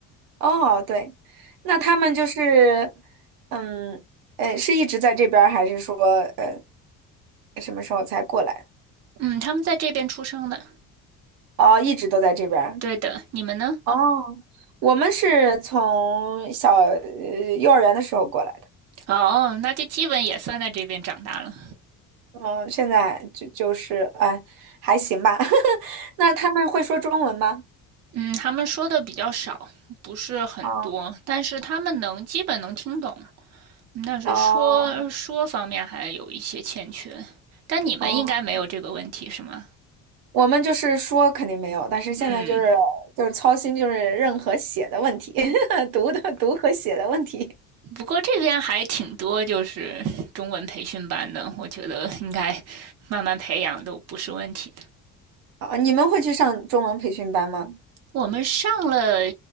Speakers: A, on the right; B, on the right.
A: 哦，对，那他们就是，嗯，呃，是一直在这边儿还是说呃什么时候才过来？
B: 嗯，他们在这边出生的。
A: 哦，一直都在这边儿
B: 对的，你们呢？
A: 哦，我们是从小呃幼儿园的时候过来。的。
B: 哦，那就基本也算在这边长大了。
A: 嗯，现在就就是，哎，还行吧。<laughs> 那他们会说中文吗？
B: 嗯，他们说的比较少，不是很多，
A: 哦
B: 但是他们能基本能听懂。嗯但是说说方面还有一些欠缺，
A: 哦
B: 但你们应该没有这个问题是吗？
A: 哦，我们就是说肯定没有，但是现在就是就是操心就是任何写的问题，
B: 嗯，
A: <laughs> 读的读和写的问题。
B: 不过这边还挺多，就是中文培训班的，我觉得应该慢慢培养都不是问题的。
A: 啊，你们会去上中文培训班吗？
B: 我们上了